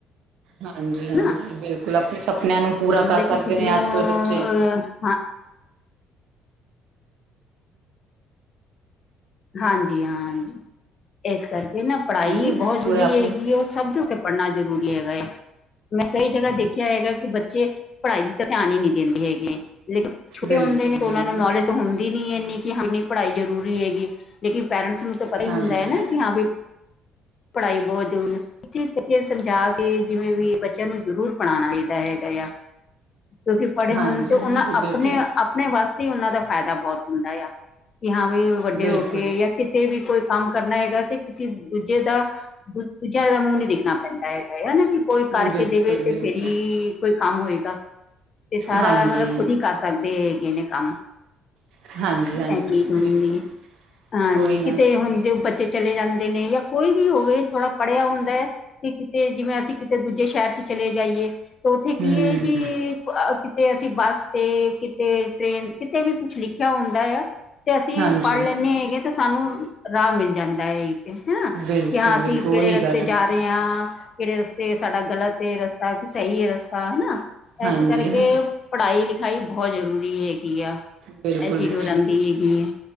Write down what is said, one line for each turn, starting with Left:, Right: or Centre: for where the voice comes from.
Right: ਹਾਂਜੀ-ਹਾਂਜੀ
Left: ਹਨਾ
Right: ਬਿਲਕੁਲ, ਆਪਣੇ ਸਪਨਿਆਂ ਨੂੰ ਪੂਰਾ
Left: ਮਤਲਬ
Right: ਕਰ ਸਕਦੇ
Left: ਕਿ ਕਿਸੇ
Right: ਨੇ
Left: ਨੂੰ
Right: ਅੱਜ
Left: ਅਹ
Right: ਕੱਲ ਬੱਚੇ।
Left: ਹਾਂ। ਹਾਂਜੀ-ਹਾਂਜੀ ਇਸ ਕਰਕੇ ਨਾ ਪੜ੍ਹਾਈ
Right: ਹਾਂਜੀ,
Left: ਬੌਹਤ ਜ਼ਰੂਰੀ
Right: ਪੂਰਾ ਆਪਣੇ
Left: ਹੈਗੀ ਏ, ਉਹ ਸਭ ਪੜ੍ਹਨਾ ਜ਼ਰੂਰੀ ਹੈਗਾ ਐ। ਮੈਂ ਕਈ ਜਗ੍ਹਾ ਦੇਖਿਆ ਹੈਗਾ ਕਿ ਬੱਚੇ, ਪੜ੍ਹਾਈ ਦੀ ਤਾਂ ਧਿਆਨ ਈ ਨਈ ਦੇਂਦੇ ਹੈਗੇ ਏ, ਲੇਕਿ ਛੋਟੇ
Right: ਬਿਲਕੁਲ,
Left: ਹੁੰਦੇ ਨੇ, ਉਅਨਾਂ
Right: ਬਿਲਕੁਲ
Left: ਨੂੰ ਨੌਲੇਜ ਹੁੰਦੀ ਨੀ ਇੰਨੀ, ਕਿ ਹਾਂ ਇੰਨੀ ਪੜ੍ਹਾਈ ਜ਼ਰੂਰੀ ਹੈਗੀ ਏ, ਲੇਕਿਨ ਪੇਰੈਂਟਸ ਨੂੰ ਤੇ ਪਤਾ ਈ
Right: ਹਾਂਜੀ।
Left: ਹੁੰਦਾ ਏ ਨਾ, ਕਿ ਹਾਂ ਵੀ ਪੜ੍ਹਾਈ ਬੌਤ ਜ਼ਰੂਰੀ ਕਿਸੇ ਤਕੇ ਸਮਝਾ ਕੇ, ਜਿਵੇਂ ਵੀ ਬੱਚਿਆਂ ਨੂੰ ਜ਼ਰੂਰ ਪੜ੍ਹਾਉਣਾ ਹੇਦਾ ਹੈਗਾ ਆ। ਕਿਉਂਕਿ ਪੜ੍ਹੇ ਹੋਣ
Right: ਹਾਂਜੀ,
Left: ਤੇ
Right: ਹਾਂਜੀ
Left: ਔਨਾਂ ਆਪਣੇ
Right: ਬਿਲਕੁਲ,
Left: ਅਪ ਆਪਣੇ ਵਾਸਤੇ ਈ ਉਹਨਾਂ ਦਾ ਫਾਇਦਾ ਬਹੋਤ ਹੁੰਦਾ ਆ। ਕਿ ਹਾਂ ਵੀ ਵੱਡੇ
Right: ਬਿਲਕੁਲ।
Left: ਹੋ ਕੇ, ਯਾ ਕਿਤੇ ਵੀ ਕੋਈ ਕੰਮ ਕਰਨਾ ਹੈਗਾ, ਤੇ ਕਿਸੇ ਦੂਜੇ ਦਾ ਦ ਦੂਜਿਆਂ ਦਾ ਮੂੰਹ ਨੀ ਦੇਖਣਾ ਪੈਂਦਾ ਹੈਗਾ, ਹਨਾ ਜੀ? ਕੋਈ ਕਰਕੇ
Right: ਬਿਲਕੁਲ,
Left: ਦੇਵੇ ਤੇ
Right: ਬਿਲਕੁਲ
Left: ਫੇਰ ਈ ਕੋਈ ਕੰਮ ਹੋਏਦਾ, ਤੇ ਸਾਰਾ
Right: ਹਾਂਜੀ,
Left: ਮਤਲਬ ਖੁਦ ਈ ਕਰ ਸਕਦੇ ਹੈਗੇ ਨੇ ਕੰਮ।
Right: ਹਾਂਜੀ, ਹਾਂਜੀ
Left: ਇਹ ਚੀਜ਼ ਹੁੰਦੀ,
Right: ਬਿਲਕੁਲ।
Left: ਹਾਂਜੀ
Right: ਉਹੀ ਨਾ
Left: ਕਿਤੇ ਹੁੰਣਦੇ ਉਹ ਬ ਚੇ ਚਲੇ ਜਾਂਦੇ ਨੇ ਯਾ ਕੋਈ ਵੀ ਹੋਵੇ, ਥੋੜਾ ਪੜ੍ਹਿਆ ਹੁੰਦਾ ਏ, ਕਿ ਕਿਤੇ ਜਿਵੇਂ ਅਸੀਂ ਕਿਤੇ ਦੂਜੇ ਸ਼ਹਿਰ ਚ ਚਲੇ ਜਾਈਏ ਉੱਥੇ ਕੀ
Right: ਹੂੰ,
Left: ਏ ਜੀ ਅਹ ਕਿਤੇ ਅਸੀਂ ਬੱਸ ਤੇ, ਕਿਤੇ ਟ੍ਰੇਨ, ਕਿਤੇ ਵੀ ਕੁਛ ਲਿਖਿਆ ਹੁੰਦਾ ਆ ਤੇ ਅਸੀਂ
Right: ਹਾਂਜੀ।
Left: ਪੜ੍ਹ ਲੈਂਣੇ ਹੈਗੇ, ਤੇ ਸਾਨੂੰ ਰਾਹ ਮਿਲ ਜਾਂਦਾ ਇੱਕ, ਹਨਾ?
Right: ਬਿਲਕੁਲ,
Left: ਕਿ ਹਾਂ ਅਸੀਂ
Right: ਬਿਲਕੁਲ
Left: ਕੇੜੇ
Right: ਉਹੀ
Left: ਰਸਤੇ
Right: ਗੱਲ
Left: ਜਾ ਰਏ ਆ, ਕੇਅੜੇ ਰਸਤੇ ਸਾਡਾ ਗਲਤ ਏ ਰਸਤਾ, ਕਿ ਸਈ ਏ ਰਸਤਾ, ਹਨਾ?
Right: ਹਾਂਜੀ,
Left: ਇਸ ਕਰਕੇ
Right: ਹਾਂ
Left: ਪੜ੍ਹਾਈ ਲਿਖਾਈ ਬੋਹੋ ਜ਼ਰੂਰੀ ਹੈਗੀ ਆ।
Right: ਬਿਲਕੁਲ
Left: ਏਹ ਚੀਜ਼ <unintelligible> ਦੀ ਹੈਗੀ ਏ।